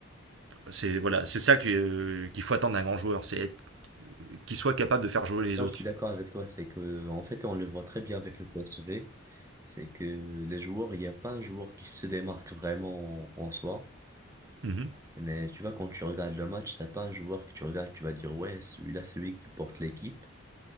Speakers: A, on the right; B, on the right.
A: c'est voilà, c'est ça que, euh, qu'il faut attendre d'un grand joueur, c'est être- qu'il soit capable de faire jouer les
B: Non,
A: autres.
B: je suis d'accord avec toi, c'est que en fait on le voit très bien avec le PSG, c'est que les joueurs, il n'y a pas un joueur qui se démarque vraiment en en soi,
A: Mhm.
B: mais tu vois quand tu regardes le match, t'as pas un joueur que tu regardes, tu vas dire ouais, celui-là c'est lui qui porte l'équipe,